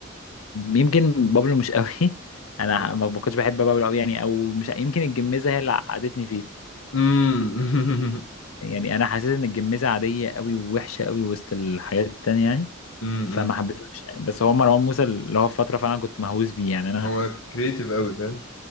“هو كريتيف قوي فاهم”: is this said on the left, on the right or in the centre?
Left